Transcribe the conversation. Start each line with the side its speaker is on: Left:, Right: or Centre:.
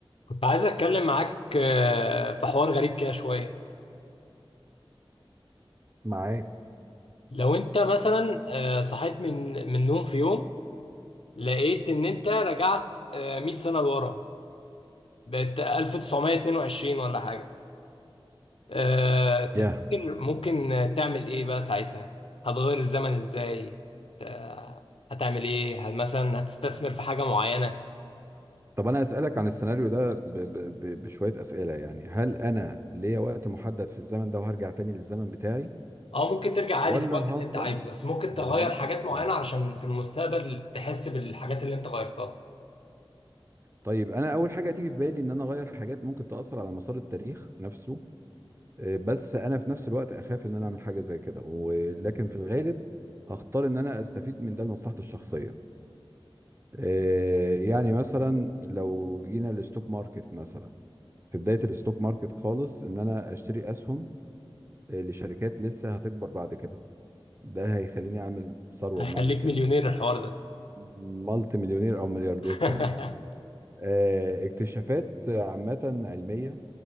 Left: كنت عايز اتكلم معاك آه، في حوار غريب كده شويه
Right: معاك
Left: لو انت مثلا آه، صحيت من من نوم في يوم لقيت ان انت رجعت آه، 100 سنه لورا بقت 1922 ولا حاجه آه، تفتكر
Right: يا
Left: ممكن تعمل ايه بقى ساعتها هتغير الزمن ازاي هت- هتعمل ايه هل مثلا هتستثمر في حاجه معينه
Right: طب انا اسالك عن السيناريو ده ب... ب... ب... بشويه اسئله يعني هل انا ليا وقت محدد في الزمن ده وهرجع تاني للزمن بتاعي
Left: اه ممكن ترجع عادي
Right: ولا
Left: في الوقت اللي
Right: هفضل
Left: انت عايزه بس ممكن
Right: يعني
Left: تغير
Right: ممكن
Left: حاجات معينه
Right: اه
Left: علشان في المستقبل تحس بالحاجات اللي انت غيرتها
Right: طيب انا اول حاجه تيجي في بالي ان انا اغير حاجات ممكن تاثر على مسار التاريخ نفسه آه، بس انا في نفس الوقت اخاف ان انا اعمل حاجه زي كده ولكن في الغالب هختار ان انا استفيد من ده لمصلحتي الشخصيه آه، يعني مثلا لو جينا للستوك ماركت مثلا في بداية الستوك ماركت خالص ان انا اشتري اسهم آه، لشركات لسه هتكبر بعد كده ده هيخليني اعمل ثروة
Left: هيخليك
Right: بمعنى الكلمة
Left: مليونير الحوار ده
Right: مالتي مليونير او ملياردير
Left: <laughs>
Right: كمان آه، اكتشافات عامة علمية